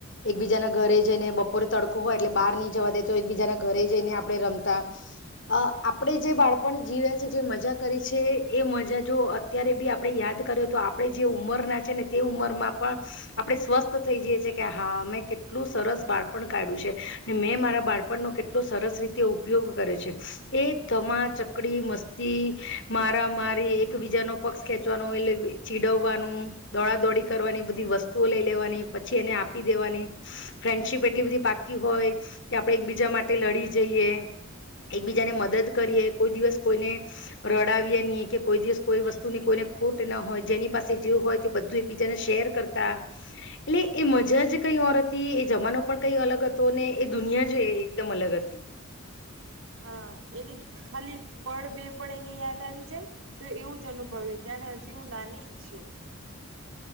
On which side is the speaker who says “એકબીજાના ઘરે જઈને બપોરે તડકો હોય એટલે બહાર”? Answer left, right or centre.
Left